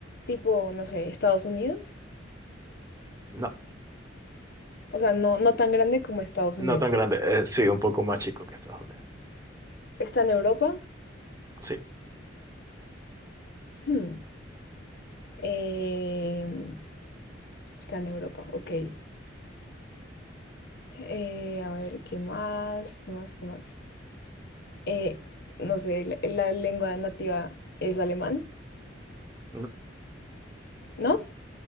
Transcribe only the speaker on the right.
no,
no tan grande. Eh, sí, un poco más chico que Estados Unidos.
Sí.
no,